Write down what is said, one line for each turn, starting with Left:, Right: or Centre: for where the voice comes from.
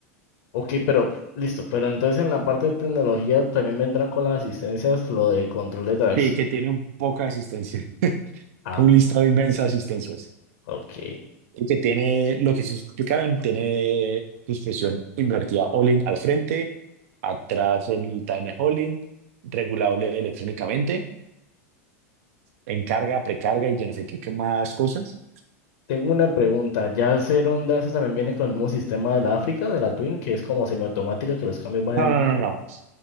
Left: ok, pero listo, pero entonces en la parte de tecnología también vendrán con las asistencias lo de control de tracción.
Right: Sí, que tiene un poca asistencia,
Left: Ah,
Right: un listado inmenso de asistencias.
Left: ok.
Right: Y que tiene, lo que se explicaron, tiene suspensión invertida all-in al frente, atrás el time all regulable electrónicamente, en carga, precarga y yo no sé qué, qué más cosas.
Left: Tengo una pregunta, ¿ya el ser Honda eso también viene con el mismo sistema de la África, de la Twin, que es como semiautomática, que los cambios van
Right: No,
Left: en,
Right: no, no, no. No,